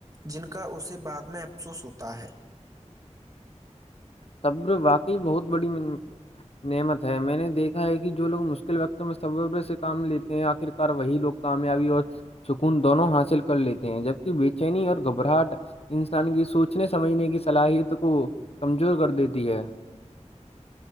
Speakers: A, on the right; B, on the left.
A: جن کا اسے بعد میں افسوس ہوتا ہے
B: صبر واقعی بہت بڑی نعمت ہے میں نے دیکھا ہے کہ جو لوگ مشکل وقتوں میں صبر سے کام لیتے ہیں آخرکار وہی لوگ کامیابی اور سکون دونوں حاصل کر لیتے ہیں جبکہ بے چینی اور گھبراہٹ انسان کی سوچنے سمجھنے کی صلاحیت کو ک کر دیتی ہے